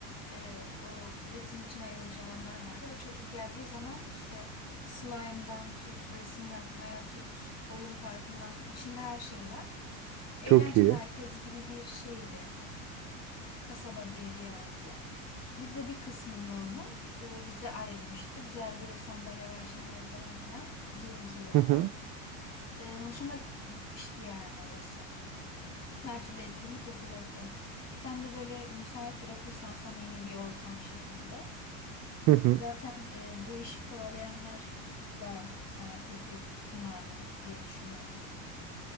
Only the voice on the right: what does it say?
Çok iyi.
Hı hı.
Hı hı.